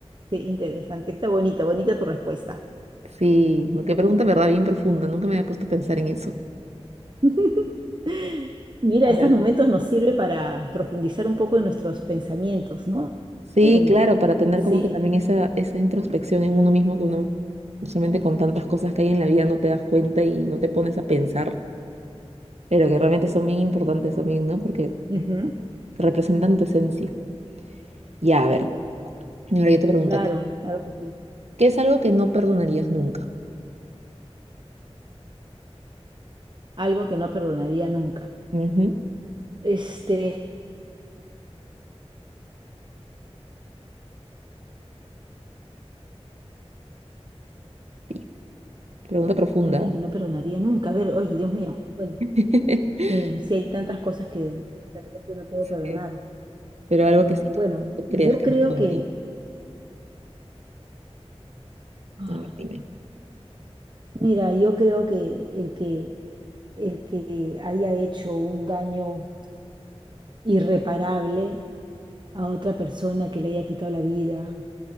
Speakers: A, on the right; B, on the right.
A: sí, interesante. Está bonito, bonita tu respuesta.
B: Sí, qué pregunta, en ¿verdad? Bien profunda. Nunca me había puesto a pensar en eso.
A: <laughs> Mira,
B: A
A: estos
B: ver.
A: momentos nos sirve para profundizar un poco en nuestros pensamientos, ¿no?
B: Sí,
A: En-
B: claro, para tener
A: sí,
B: como que también esa, esa introspección en uno mismo que uno usualmente con tantas cosas que hay en la vida no te das cuenta y no te pones a pensar, pero que realmente son bien importantes también, ¿no? Porque
A: ujú,
B: representan tu esencia. Ya, a ver, y ahora yo te pregunto
A: claro,
B: a ti,
A: claro que sí.
B: ¿qué es algo que no perdonarías nunca?
A: Algo que no perdonaría nunca.
B: Ujú,
A: Este,
B: Sí, pregunta profunda.
A: alguien que no perdonaría nunca. A ver, oye, Dios mío. Bueno,
B: <laughs>
A: sí, sí hay tantas cosas que de repente no puedo perdonar.
B: Sí, Pero algo
A: No,
B: que sí
A: bueno,
B: tú, tú creas
A: yo
B: que
A: creo
B: no perdonarías.
A: que, ah,
B: A ver, dime.
A: mira, yo creo que el que el que haya hecho un daño irreparable a otra persona que le haya quitado la vida,